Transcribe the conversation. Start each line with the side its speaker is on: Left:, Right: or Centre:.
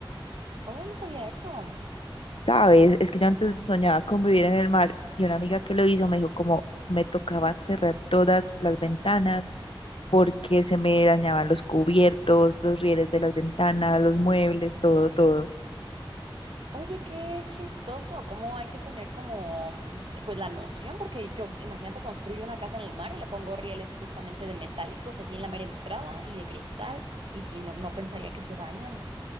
Right: Oh, no sabía eso.
Left: ¿Sabes? Es que yo antes soñaba con vivir en el mar y una amiga que lo hizo me dijo como me tocaba cerrar todas las ventanas porque se me dañaban los cubiertos, los rieles de las ventanas, los muebles, todo, todo.
Right: Oye, qué chistoso, cómo hay que tener como, mm, pues la noción, porque yo, imagínate, construyo una casa en el mar y le pongo rieles justamente de metálicos, así en la mera entrada y de cristal, y si no, no pensaría que se dañan.